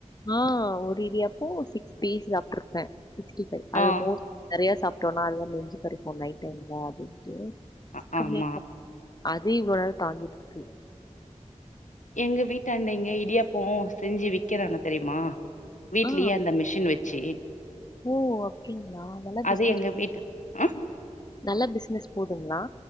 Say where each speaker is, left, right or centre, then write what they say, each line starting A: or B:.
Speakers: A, on the left (about 35°); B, on the left (about 80°).
A: ஆ ஒரு இடியாப்போ சிக்ஸ் பீஸ் சாப்ட்ருப்பே சிக்ஸ்டி ஃபை அது
B: ஆ."
A: மோஸ் நெறையா சாப்டோனா அதுவே நெஞ்சு கரிக்கு நைட் டைம்ல அப்டின்ட்டு
B: அ
A: கம்மியா
B: ஆமா
A: சாப் அது இவ்ள நேர தாங்கிட்டு இருக்கு
B: எங்க வீட்டாண்ட இங்க இடியாப்போ செஞ்சு விக்குறாங்க தெரியுமா வீட்லயே
A: ஆ
B: அந்த மெ ஷின் வெச்சு
A: ஓ அப்டீங்ளா நல்லா பிசுனஸ்
B: அது எங்க வீட்டு ஆ
A: நல்லா பிசுனஸ் போதுங்ளா